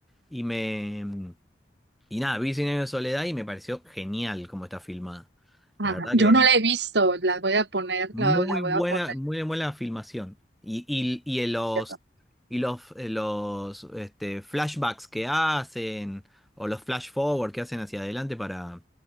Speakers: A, in the centre; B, on the right (about 65°).
A: y me... Y nada, vi Cien años de soledad y me pareció genial cómo está filmada.
B: ah,
A: La verdad
B: yo
A: que
B: no la he visto, la voy a poner,
A: muy
B: la, la
A: buena,
B: voy a poner.
A: muy buena filmación. Y, y, y en los,
B: ¿cierto?
A: y los, eh, los este, flashbacks que hacen, o los flash forward que hacen hacia adelante para,